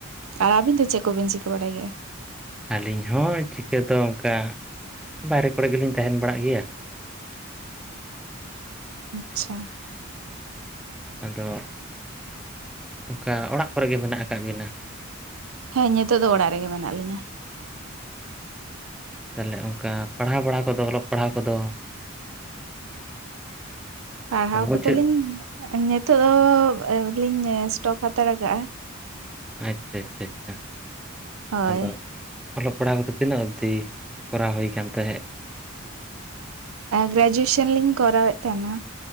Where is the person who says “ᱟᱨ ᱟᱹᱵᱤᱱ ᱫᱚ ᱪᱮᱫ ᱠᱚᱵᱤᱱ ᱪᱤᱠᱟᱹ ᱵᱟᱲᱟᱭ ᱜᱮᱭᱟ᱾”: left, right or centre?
Right